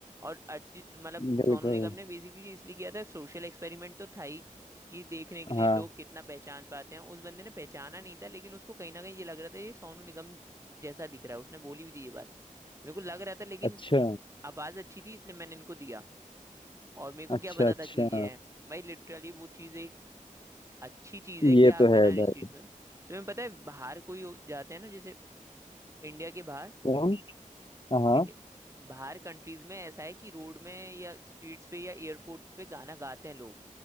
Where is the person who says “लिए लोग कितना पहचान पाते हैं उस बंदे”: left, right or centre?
Right